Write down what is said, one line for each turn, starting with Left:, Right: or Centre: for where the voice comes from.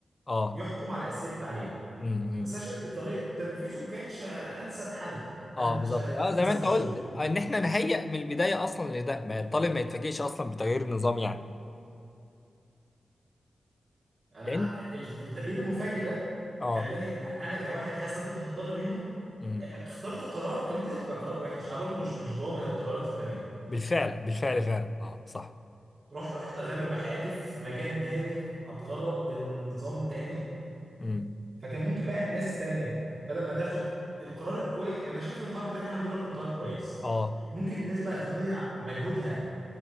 Left: اه
Right: يحكم على اساليب التعليم
Left: امم
Right: بس انا شايف ان طريقه تنفيذه ما كانتش انسب حل
Left: اه
Right: أنش-
Left: بالظبط اه
Right: انسب
Left: زي ما انت
Right: اسلوب
Left: قلت ان احنا نهيئ من البدايه اصلا لده ما الطالب ما يتفاجئش اصلا بتغيير النظام يعني
Right: انا
Left: لان
Right: ال- التغيير المفاجئ ده
Left: اه
Right: خلاني أ- انا كواحد حاسس ان انا كنت هتضر منه
Left: امم
Right: اخترت قرار كان ممكن يبقى قرار وحش انا برضو مش مش ضامن القرارات التانية
Left: بالفعل بالفعل فعلا اه صح
Right: رحت رحت اغامر بحياتي في مكان تاني اتغرب بنظام تاني
Left: امم
Right: فكان ممكن بقى ناس تانية بدل ما تاخد القرار الكويس يعني انا شايف ان القرار بتاع الحمد لله كان قرار كويس
Left: اه
Right: ممكن الناس بقى تضيع مجهودها